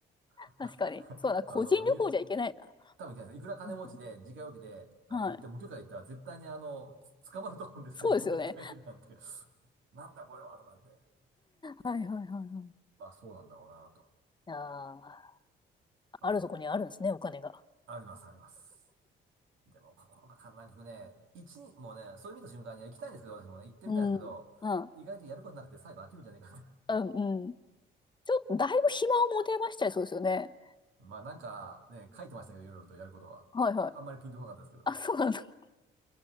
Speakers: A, on the right; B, on the left.
A: <laughs>
B: 確かに。そうだな、個人旅行じゃいけないな。
A: あの、に、多分行けないですねいくら金持ちで、
B: うん
A: 自家用機で、あの、
B: はい。
A: 行って、無許可で行ったら絶対にあの、つ捕まると思うんですね、
B: そうですよね。
A: <laughs> 南極大陸なんて。<laughs> なんだこれは、とかって。
B: はいはいはいはい。い
A: まあ、そうなんだろうな、と。
B: やー、
A: まあ、
B: あるとこにあるんですね、お金が。
A: あります、あります。でも、心がか、なんかね、一日、もうね、それ見た瞬間に行きたいんですけど、私もね、行ってみたいんですけど、
B: うん。あ、
A: 意外とやることなくて最後飽きるんじゃねえかって。
B: あ、うん。ちょっと、だいぶ暇を持てましちゃいそうですよね。
A: <laughs> まあなんかね、書いてましたけど、いろいろとやることは。
B: はいはい。
A: ああんまりピンとこなかったですけど。
B: あ、そうなんだ。